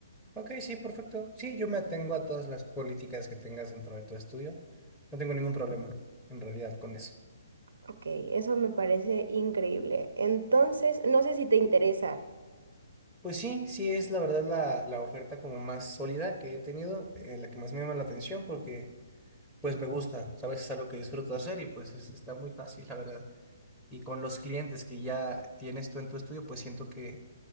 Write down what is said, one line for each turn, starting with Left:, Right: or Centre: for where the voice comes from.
Centre: Ok, sí, perfecto. Sí, yo me atengo a todas las políticas que tengas dentro de tu estudio. No tengo ningún problema en realidad con eso.
Right: Ok, eso me parece increíble. Entonces, no sé si te interesa.
Centre: Pues sí, sí es la verdad la, la oferta como más sólida que he tenido, eh, la que más me llama la atención porque... pues me gusta, ¿sabes? Es algo que disfruto hacer y pues es- está muy fácil, la verdad. Y con los clientes que ya tienes tú en tu estudio, pues siento que